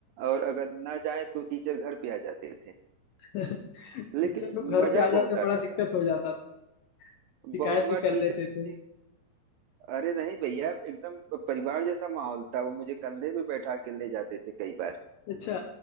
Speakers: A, on the right (about 80°); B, on the left (about 80°).
A: और अगर ना जाए तो टीचर घर पे आ जाते थे
B: <laughs>
A: लेकिन
B: टीचर लोग घर
A: मजा
B: पे आ जाते
A: बहुत
B: तो बड़ा
A: आता था
B: दिक्कत हो जाता था शिकायत
A: बहुत बार
B: भी कर
A: टीचर
B: देते थे
A: ने अरे नहीं भैया एकदम परिवार जैसा माहौल था वो मुझे कंधे पे बैठा के ले जाते थे कई बार
B: अच्छा